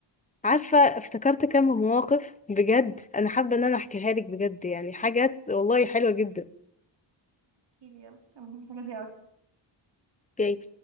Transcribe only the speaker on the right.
احكي لي يلا تمام حاجه زي اوي